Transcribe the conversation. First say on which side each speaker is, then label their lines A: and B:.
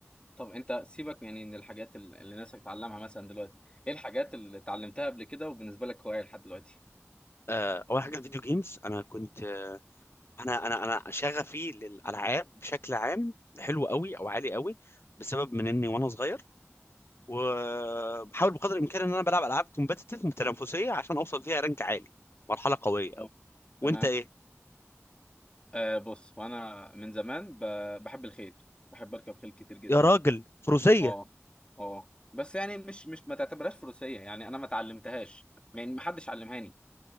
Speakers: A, on the left; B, on the left.
A: طب انت سيبك يعني من الحاجات ال- اللي نفسك تتعلمها مثلا دلوقتي ايه الحاجات اللي اتعلمتها قبل كده وبالنسبه لك هوايه لحد دلوقتي
B: آه، أول حاجة الفيديو جيمز أنا كنت أنا أنا أنا شغفي للألعاب بشكل عام حلو قوي أو عالي قوي بسبب من إني وأنا صغير وبحاول بقدر الإمكان إن أنا بلعب ألعاب كومبتيتيف متنافسية عشان أوصل فيها رانك عالي مرحلة قوية
A: اه
B: وانت
A: تمام
B: ايه
A: آه بص وانا من زمان ب- بحب الخيل بحب اركب خيل كتير جدا
B: يا راجل فروسية
A: اه اه بس يعني مش مش ما تعتبرهاش فروسيه يعني انا ما اتعلمتهاش يعني ما حدش علمهاني